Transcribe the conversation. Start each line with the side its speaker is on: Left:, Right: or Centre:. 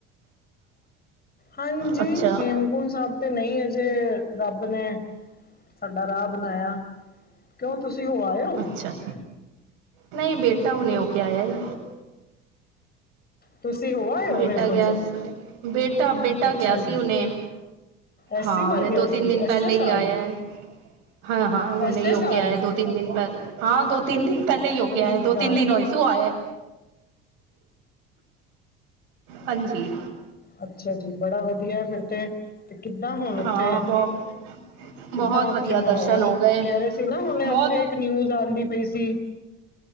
Left: ਹਾਂਜੀ।
Right: ਅੱਛਾ
Left: ਹੇਮਕੁੰਟ ਸਾਹਿਬ ਤੇ ਨਈ ਅਜੇ ਰੱਬ ਨੇ ਸਾਡਾ ਰਾਹ ਬਣਾਇਆ। ਕਿਉਂ ਤੁਸੀਂ ਹੋ ਆਏ ਓ?
Right: ਅੱਛਾ। ਨਈਂ ਬੇਟਾ ਹੁਨੇ ਹੋਕੇ ਆਇਆ ਐ।
Left: ਤੁਸੀਂ ਹੋ ਆਏ ਹੋ
Right: ਬੇਟਾ
Left: ਹੇਮਕੁੰਟ
Right: ਗਿਆ
Left: ਸਾਹਿਬ
Right: ਸੀ। ਬੇਟਾ-ਬੇਟਾ
Left: ਅੱਛਾ
Right: ਗਿਆ
Left: ਜੀ
Right: ਸੀ ਹੁਣੇ।
Left: ਐਸੀ
Right: ਹਾਂ।
Left: ਵਾਰ
Right: ਹੁਣੇ
Left: ਗਿਆ
Right: ਦੋ-ਤਿੰਨ
Left: ਸੀ
Right: ਦਿਨ
Left: ਐਸੇ
Right: ਪਹਿਲੇ
Left: ਸਾਲ
Right: ਈ ਆਇਆ ਐ। ਹਾਂ, ਹਾਂ। ਹੁਣੇ
Left: ਐਸੇ
Right: ਹੋਕੇ
Left: ਸਾਲ
Right: ਆਇਆ ਦੋ-ਤਿੰਨ ਦਿਨ ਪਹਿਲੇ, ਹਾਂ। ਦੋ-ਤਿੰਨ ਦਿਨ ਪਹਿਲੇ
Left: ਅੱਛਾ
Right: ਹੀ ਹੋ ਕੇ
Left: ਜੀ
Right: ਆਇਆ।
Left: ਵਧਾਇਆ
Right: ਦੋ-ਤਿੰਨ ਦਿਨ ਹੋਏ ਸ ਸੂ ਆਇਆ। ਹਾਂਜੀ।
Left: ਅੱਛਾ ਜੀ, ਬੜਾ ਵਧੀਆ ਫਿਰ ਤੇ ਤੇ ਕਿੱਦਾਂ ਹੁਣ ਉੱਥੇ?
Right: ਹਾਂ ਬਹੁ
Left: ਕਿੱਦਾਂ
Right: ਬਹੁਤ
Left: ਉੱਥੇ
Right: ਵਧੀਆ
Left: ਮਾਹੌਲ?
Right: ਦਰਸ਼ਨ ਹੋ ਗਏ
Left: ਕਹਿ ਰਹੇ ਸੀ ਨਾ ਹੁਣੇ
Right: ਬਹੁਤ
Left: ਉੱਥੇ ਇੱਕ ਨਿਊਜ਼ ਆਂਦੀ ਪਈ ਸੀ।